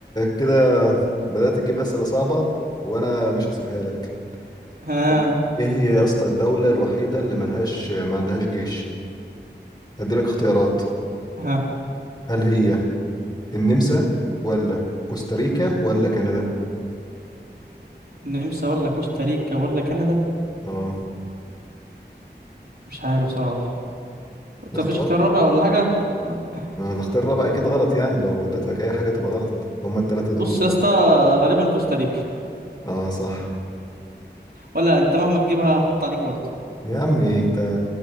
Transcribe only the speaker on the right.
ها
ها
النمسا ولا كوستاريكا ولا كندا
مش عارف صراحة انت
مفيش اختيار رابع ولا حاجة <laughs>
بص
يا اسطى غالبا كوستاريكا
ولا انت مهما تجيبها هحط عليك برضه